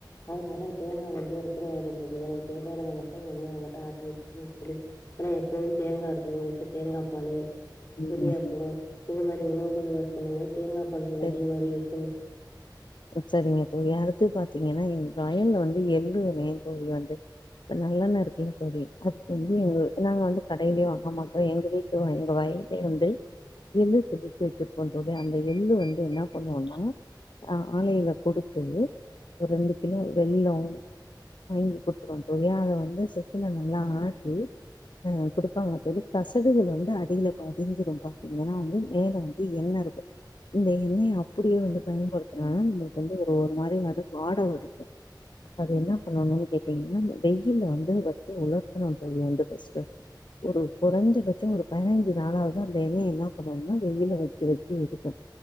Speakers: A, on the left; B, on the left.
A: அதனால தேங்கா வந்து விற்பன ஆயிடு தோழி எனக்கு தேவயானது மட்டு எண்ணய மட்டு ஆட்டி வச்சு ம் தொழி ஆனா எப்பவும் தேங்காருக்கு எங்க வீட்ல தேங்கா பாலு
B: ம்
A: இடியாப்போ இந்த மாரி உணவுகள மேற்கொள்ளும்போது தேங்கா பால்
B: சரி
A: அதிகமாவே யூஸ் பண்ணிப்போ
B: சரிங்க தோழி அடுத்து பாத்தீங்கன்னா எங்க வயல்ல வந்து எள்ளு <unintelligible> தோழி வந்து இப்ப நல்லண்ண இருக்குல்ல தோழி அதுக்கு வந்து எங்க நாங்க வந்து கடையில வாங்க மாட்டோ எங்க வீட் எங்க வயல்லே வந்து எள்ளு தெளிச்சு வச்சிருக்கோ தொழி அந்த எள்ளு வந்து என்னா பண்வோன்னா ஆலைல குடுத்து ஒரு ரெண்டு கிலோ வெல்லோ வாங்கி குடுத்ருவோ தோழி அத வந்து செக்குல நல்லா ஆட்டி அ குடுப்பாங்க தோழி கசடுகள் வந்து அடில படிஞ்சிரு பாத்தீங்கன்னா வந்து மேல வந் து எண்ண இருக்கு இந்த எண்ணய அப்டியே வந்து பயன்படுத் துனா நமளுக்கு வந்து ஒரு ஒரு மாரி வந்து வாட அடிக்கு அத என்ன பண்ணனு கேட்டீங்கன்னா வெய்யில்ல வந்து வச்சு உலர்த்தணு தோழி வந்து ஃபஸ்ட்டு ஒரு கொறஞ்சபட்சோ ஒரு பைனஞ்சு நாளாவது அந்த எண்ணய என்ன பண்ணனுன்னா வெயில்ல வச்சு வச்சு எடுக்கணு